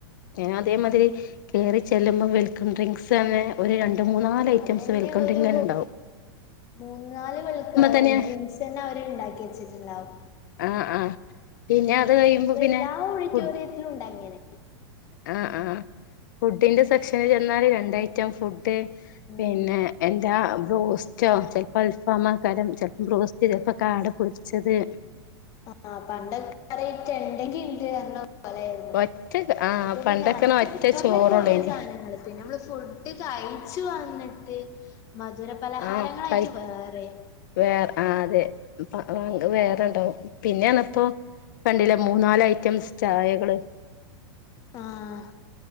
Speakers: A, on the left (about 45°); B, on the left (about 25°).
A: അയ്ന് അതേമാതിരി കേറി ചെല്ലുമ്പോ വെൽക്കം ഡ്രിങ്ക്സ് അങ്ങനെ ഒരു രണ്ട് മൂന്നാല് ഐറ്റംസ്
B: അതന്നെ
A: വെൽക്കം
B: ഒരു
A: ഡ്രിങ്കനെ ഇണ്ടാവും
B: മൂന്ന് നാല് വെൽകം
A: തന്നെ
B: ഡ്രിങ്ക്സന്നെ അവര് ഇണ്ടാക്കി വെച്ചിട്ട്ണ്ടാവും
A: ആഹ് ആഹ് പിന്നെ അത് കഴിയുമ്പോ
B: ഇപ്പൊ
A: പിന്നെ
B: എല്ലാ ഓഡിറ്റോറിയത്തിലും
A: ഫു
B: ഉണ്ട് അങ്ങനെ
A: ആഹ് ആഹ് ഫുഡിന്റെ സെക്ഷനില് ചെന്നാല് രണ്ട്ഐറ്റം ഫുഡ്
B: ഉം
A: പിന്നെ എന്താ ബ്രോസ്റ്റോ ചെൽപ്പോ അൽഫാമേക്കാരം ചെൽപ്പോ ബ്രോസ്റ്റ് ചെൽപ്പോ കാട പൊരിച്ചത്
B: ആഹ് പണ്ടൊക്കെ ഇണ്ടെങ്കി ഇണ്ട് പറ പോലരുന്നു
A: ഒറ്റ ആഹ്
B: ഇപ്പൊ
A: പണ്ടൊക്കെണെ
B: പിന്നെ അതിന്
A: ഒറ്റ
B: പുറമെ
A: ചോറൊള്ളേനി
B: കുറെ സാധനങ്ങൾ പിന്നെ നമ്മള് ഫുഡ് കഴിച്ചു വന്നിട്ട് മധുരപലഹാരങ്ങളായിട്ട്
A: ആഹ് കഴി
B: വേറിം
A: വേറെ ആ അതെ പ്പം വേറെണ്ടാവും പിന്നെപ്പറഞ്ഞ ഇപ്പൊ കണ്ടില്ലേ മൂന്നാല് ഐറ്റംസ് ചായകള്
B: ആഹ